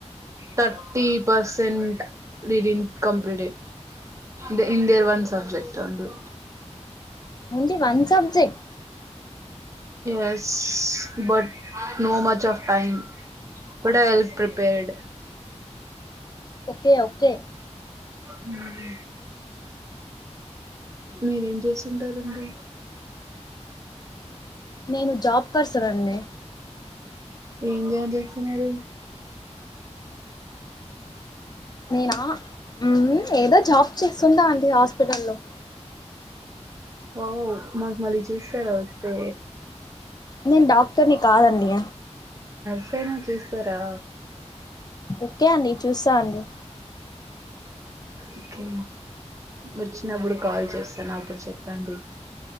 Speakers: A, on the right; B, on the left.
A: thirty percent we didn't complete they in there one subject only
B: in the one subject
A: yes but no much of time but well prepared
B: okay okay
A: hmm మీరేం చేస్తుంటారండి
B: నేను job person అండి
A: ఎం job చేస్తున్నారు
B: నేనా మ్ ఏదో job చేస్తుంట అండి హాస్పిటల్ల్లో
A: ఓ మాకు మళ్ళీ చూస్తారా వస్తే
B: నేను డాక్టర్ ని కాదండి
A: సేనా చూస్తారా
B: ఓకే అండి చూస్తా అండి
A: ఓకే వచ్చినప్పుడు కాల్ చేస్తాను అప్పుడు చెప్పండి